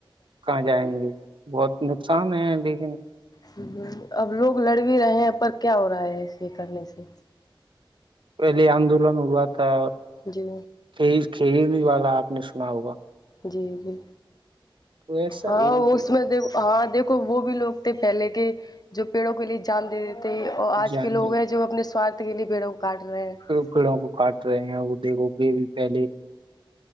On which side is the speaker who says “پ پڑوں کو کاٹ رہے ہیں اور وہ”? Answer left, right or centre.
Right